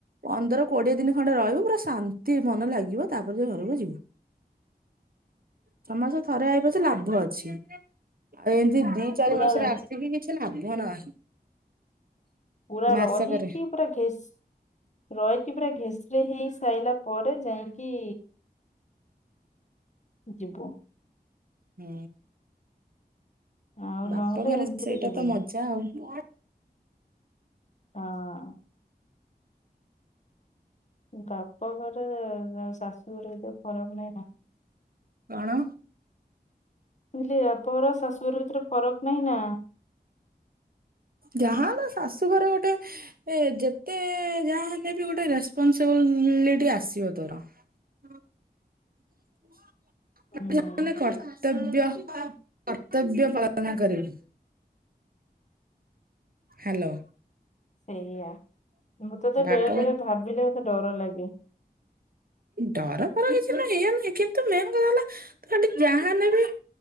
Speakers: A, on the right (about 60°); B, on the left (about 45°).
A: ପନ୍ଦର କୋଡିଏ ଦିନି ଖଣ୍ଡେ ରହିବୁ ପୁରା ଶାନ୍ତି ମନ ଲାଗିବ ତାପରେ ଯାଇକି ଘରକୁ ଯିବୁ।
B: <unintelligible>
A: ଛଅ ମାସରେ ଥରେ ଆଇ ପଛେ ଲାଭ ଅଛି ଆ ଏମତି ଦି ଚାରି
B: ପୁରା
A: ମାସରେ ଆସିକି କି କିଛି ଲାଭ ନାହିଁ।
B: ପୁରା
A: ମାସକରେ।
B: ରହି କିି ପୁରା ଘେସ୍ ରହିକି ପୁରା ଘେସ୍ ରି ହେଇ ସାଇଲା ପରେ ଯାଇଁକି ଯିବୁ।
A: ହୁଁ।
B: ଆଉ
A: ବାପ
B: ନହେଲେ
A: ଘରେ
B: ଏମିତିରେ
A: ସେଇଟା
B: ଯିବୁନି
A: ତ ମଜା ଆଉ।
B: ହଁ। ବାପଘରେ ଶାଶୁଘରେ ଏତେ ଫରକ୍ ନାହିଁ ନା।
A: କଣ?
B: ମୁଁ କହିଲି ବାପଘର ଶାଶୁଘର ଭିତରେ ଫରକ୍ ନାହିଁ ନା।
A: ଯାହାହେଲେ ଶାଶୁ ଘରେ ଗୋଟେ ଏ ଯେତେ ଯାହା ହେଲେ ବି ଗୋଟେ ରେପନ୍ସବିଲିଟି୍ ଆସିବ ତୋର। <inaudible>
B: ହୁଁ
A: <inaudible> ମାନ କର୍ତ୍ତବ୍ୟ -କର୍ତ୍ତବ୍ୟପାଳନ କରିବେ। ହାଲୋ।
B: ସେଇଆ ମୁଁ ତତେ
A: ବାପ
B: ବେଳେ ବେଳେ ଭାବିଲେ ମତେ ଡର ଲାଗେ।
A: ଡର ଫର କିଛି ନାହଁ ଏମିତି କିନ୍ତୁ ମେନ୍ କଥା ହେଲା ଖାଲି ଯାହା ନେବି